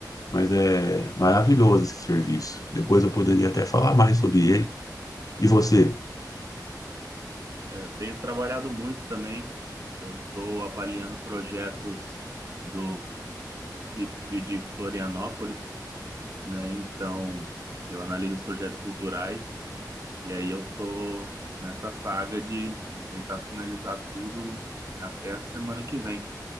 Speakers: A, on the left; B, on the right.
A: mas é maravilhoso esse serviço. Depois eu poderia até falar mais sobre ele. E você,
B: Eu tenho trabalhado muito também. Eu estou avaliando projetos do município de Florianópolis, né? Então, eu analiso os projetos culturais e aí eu estou nessa saga de tentar finalizar tudo até a semana que vem.